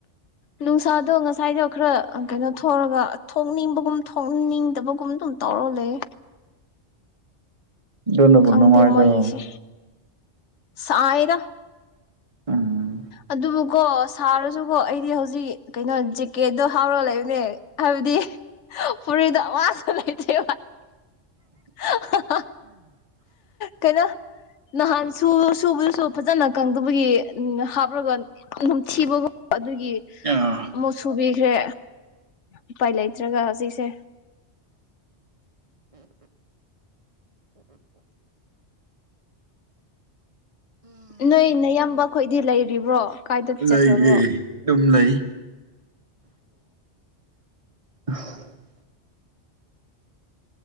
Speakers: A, on the left; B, on the right.
A: ꯅꯨꯡꯁꯥꯗꯣ ꯉꯁꯥꯏꯗꯣ ꯈꯔ ꯀꯩꯅꯣ ꯊꯣꯔꯒ ꯊꯣꯛꯅꯤꯡꯕꯒꯨꯝ ꯊꯣꯛꯅꯤꯡꯗꯕꯒꯨꯝ ꯑꯗꯨꯝ ꯇꯧꯔꯣ ꯂꯩ
B: ꯑꯗꯨꯅꯕꯨ
A: ꯈꯪꯗꯦ
B: ꯅꯨꯡꯉꯥꯏꯖꯔꯣ
A: ꯃꯣꯏꯒꯤꯁꯦ ꯁꯥꯏꯗ
B: ꯎꯝ
A: ꯑꯗꯨꯕꯨꯀꯣ ꯁꯥꯔꯁꯨꯀꯣ ꯑꯩꯗꯤ ꯍꯧꯖꯤꯛ ꯀꯩꯅꯣ ꯖꯦꯛꯀꯦꯠꯇꯣ ꯍꯥꯎꯔꯒ ꯂꯩꯕꯅꯦ ꯍꯥꯏꯕꯗꯤ ꯄꯨꯔꯤꯗ ꯑꯋꯥꯖ ꯂꯩꯇꯦ <unintelligible> ꯀꯩꯅꯣ ꯅꯍꯥꯟ ꯁꯨ ꯁꯨꯕꯗꯨꯁꯨ ꯐꯖꯅ ꯀꯪꯗꯕꯒꯤ ꯎꯟꯍꯞ <unintelligible> ꯌꯥꯝ ꯅꯨꯡꯊꯤꯕꯒ ꯑꯗꯨꯒꯤ
B: ꯑꯥ
A: ꯑꯃꯨꯛ ꯁꯨꯕꯤꯈ꯭ꯔꯦ ꯎꯄꯥꯏ ꯂꯩꯇ꯭ꯔꯒ ꯍꯧꯖꯤꯛꯁꯦ ꯅꯣꯏ ꯅꯌꯥꯝꯕ ꯈꯈꯣꯏꯗꯤ ꯂꯩꯔꯤꯕ꯭ꯔꯣ ꯀꯥꯏꯗ ꯆꯠꯈ꯭ꯔꯕ꯭ꯔꯣ
B: ꯂꯩꯌꯦ ꯑꯗꯨꯝ ꯂꯩ <inaudible>